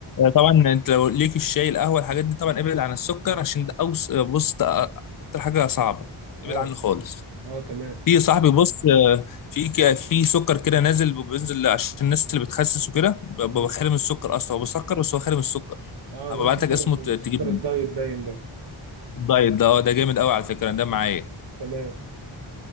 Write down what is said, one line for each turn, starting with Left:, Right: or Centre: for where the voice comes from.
Left: طبعا انت لو ليك الشاي القهوه الحاجات دي طبعا ابعد عن السكر عشان ده أوس... بص ده اكتر حاجه صعبه ابعد
Right: اه
Left: عنه خالص
Right: اه تمام
Left: في يا صاحبي بص آه، في ك- في سكر كده نازل بينزل عشان الناس اللي بتخسس وكده ب- ببقى
Right: مم.
Left: خالي من السكر اصلا هو بسكر بس هو خالي من السكر
Right: اه
Left: هبقى
Right: ده
Left: ابعت
Right: سكر
Left: لك اسمه ت- تجيب
Right: سكر الدايت
Left: منه.
Right: باين ده
Left: الدايت ده اه ده جامد قوي على فكره ده معايا
Right: آه. تمام